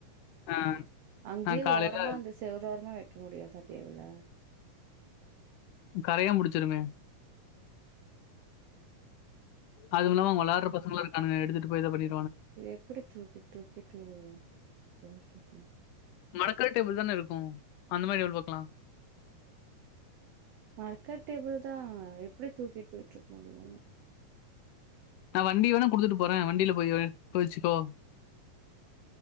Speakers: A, on the left; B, on the right.
A: ஆ
B: அங்கே
A: நான் காலையில
B: ஓரமா அந்த செவுரு ஓரமா வை க்க முடியாத டேபுல
A: கரையான் புடிச்சிருமே அதுமில்லாம அவுங்க விளாற பசங்களா இருக்கானுங்க எடுத்துட்டு போயி எதா பண்ணி
B: இத எப்பிடி தூக்கி தூக்கிட்டு போவறது
A: மடக்கர டேபுள் தானே இருக்கும் அந்த மாரி டேபுள் பாக்கலா
B: மடக்கர டேபுள் தா எப்படி தூக்கிட்டு போயிட்டு இருக்க முடியும்
A: நான் வண்டி வேணா குடுத்துட்டு போறேன் வண்டியில போய் போய்ச்சுக்கோ